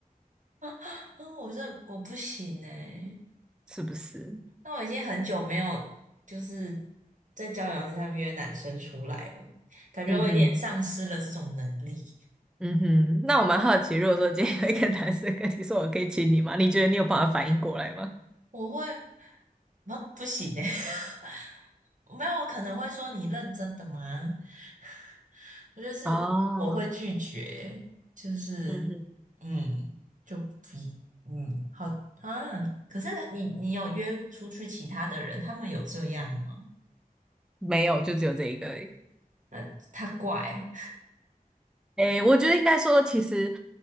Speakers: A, on the right; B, in the centre.
A: <laughs> 嗯，我这我不行哎。
B: 是不是？
A: 那我已经很久没有就是在交友上约男生出来了，感觉我有点丧失了这种能力。
B: 嗯哼，嗯哼。那我蛮好奇，如果说今天有一个男生跟你说“我可以亲你吗”，你觉得你有办法反应过来吗？
A: 我会，啊，不行的，<laughs> 没有，我可能会说你认真的吗？<laughs> 我就是我会拒绝，
B: 哦，
A: 就是
B: 嗯哼，
A: 嗯，就不嗯，好啊。可是你你有约出去其他的人，他们有这样吗？
B: 没有，就只有这一个而已
A: 那他怪，
B: 诶，我觉得应该说，其实